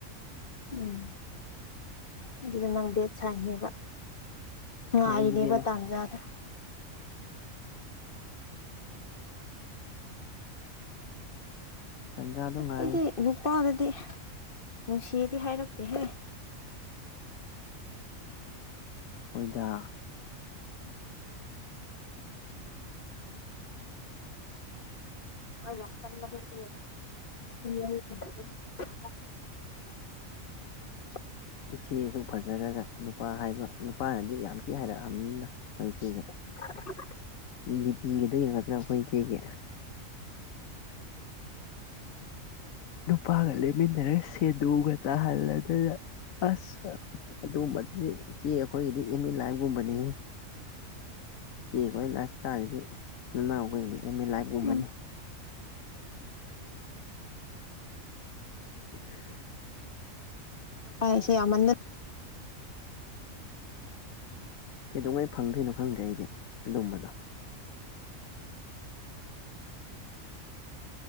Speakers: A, on the left (about 40°); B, on the left (about 75°).
A: ꯎꯝ ꯑꯗꯨꯗ ꯅꯪ ꯕꯦꯠ ꯁꯥꯏꯅꯦꯕ ꯉꯤꯏꯔꯤꯅꯦꯕ
B: ꯍꯣꯏ ꯑꯩꯗꯤ ꯕꯦꯠꯅ
A: ꯇꯟꯖꯥꯗ‌ꯣ
B: ꯇꯟꯖꯥꯗꯣ ꯉꯥꯏꯔꯤ
A: ꯑꯩꯗꯤ ꯅꯨꯄꯥꯗ ꯗꯤ ꯅꯨꯡꯁꯤꯗꯤ ꯍꯥꯏꯔꯛꯇꯦꯍꯦ
B: ꯍ‌ꯣꯏꯗ
A: ꯃꯥ ꯌꯥꯝ ꯀꯜꯂꯕꯅꯤ ꯍꯧꯖꯤꯛ <unintelligible> ꯋꯥꯔꯤ ꯁꯥꯟꯅꯕꯒꯤ <unintelligible>
B: ꯏꯆꯦ ꯑꯁꯨꯛ ꯐꯖꯔꯒ ꯅꯨꯄꯥ ꯍꯥꯏꯕ ꯅꯨꯄꯥꯅꯗꯤ ꯌꯥꯝ ꯊꯤ ꯍꯥꯏꯔꯛꯑꯝꯅꯤꯅ ꯑꯩꯈꯣꯏ ꯏꯆꯦꯁꯦ
A: <unintelligible>
B: ꯗꯤꯄꯤꯒꯗꯣ ꯌꯦꯡꯉ‌ꯣꯗꯅ ꯑꯩꯈꯣꯏ ꯏꯆꯦꯒꯤ ꯅꯨꯄꯥꯒ ꯂ‌ꯦꯞꯃꯤꯟꯅꯔꯒ ꯁꯦꯗ‌ꯣꯒ ꯇꯥꯍꯜꯂꯗꯅ ꯑꯁ ꯑꯗꯨꯒꯨꯝꯕꯗꯤ ꯏꯆꯦ ꯑꯩꯈꯣꯏꯒꯤꯗꯤ ꯑꯦꯝ ꯏꯟ ꯂꯥꯏꯐꯒꯨꯝꯕꯅꯤ ꯏꯆꯦ ꯈ‌ꯣꯏ ꯂꯥꯏꯞ ꯏꯁꯇꯥꯏꯜ ꯗꯤ ꯅꯅꯥꯎ ꯍ‌ꯣꯏꯗꯤ ꯑꯦꯝ ꯏꯟ ꯂꯥꯏꯐ ꯀꯨꯝꯕꯅꯦ
A: ꯎꯝ
B: <unintelligible>
A: ꯇꯥꯏꯁꯦ ꯌꯥꯝꯃꯟꯗ
B: ꯀꯩꯗꯧꯉꯩ ꯐꯪꯗꯣꯏꯅꯣ ꯈꯪꯗ꯭ꯔꯦ ꯑꯩꯗꯤ ꯑꯗꯨꯝꯕꯗꯣ